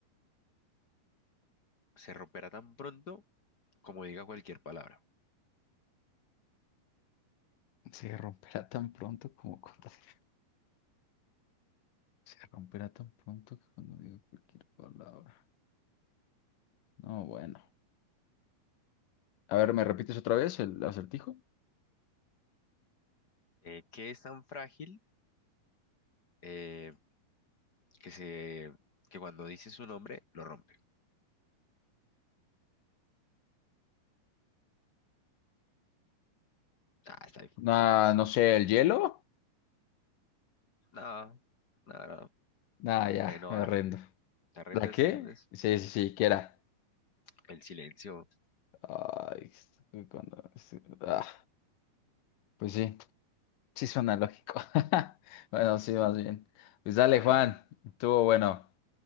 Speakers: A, on the left; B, on the left.
A: Se romperá tan pronto como diga cualquier palabra.
B: Se romperá tan pronto como cuando... <laughs> Se romperá tan pronto que cuando digo cualquier palabra. No, bueno. A ver, ¿me repites otra vez el acertijo?
A: Eh, ¿qué es tan frágil? Eh, que se, que cuando dice su nombre, lo rompe. Ah, está,
B: Una,
A: está fácil.
B: no sé, el hielo.
A: No, no, no,
B: Nah, ya,
A: por ahí no
B: me
A: va.
B: rindo.
A: ¿Te rindes?
B: ¿La qué?
A: ¿Te rindes?
B: Sí, sí, sí, ¿qué era?
A: El silencio.
B: Ay, cuando- ah, pues sí, sí suena lógico. <laughs> Bueno, sí, más bien. Pues dale,
A: Ajá.
B: Juan, estuvo bueno.